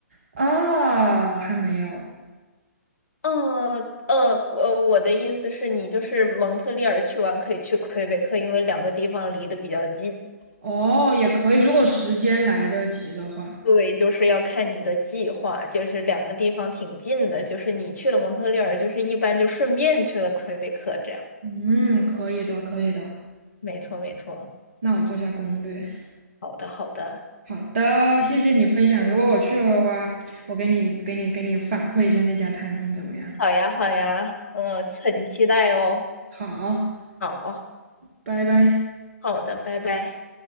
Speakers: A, on the right; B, on the left.
A: 啊，还没有。
B: 嗯呃呃，我的意思是你就是蒙特利尔去玩可以去魁北克，因为两个地方离得比较近。
A: 哦，也可以，如果时间来得及的话，
B: 对，就是要看你的计划，就是两个地方挺近的，就是你去了蒙特利尔，就是一般就顺便去了魁北克，这样。
A: 嗯，可以的，可以的。
B: 没错，没错。
A: 那我做下攻略。
B: 好的，好的，
A: 好的，谢谢你分享。如果我去了的话，我给你给你给你反馈一下那家餐厅怎么样？
B: 好呀，好呀，嗯，很期待哦。
A: 好，
B: 好，
A: 拜拜。
B: 好的，拜拜。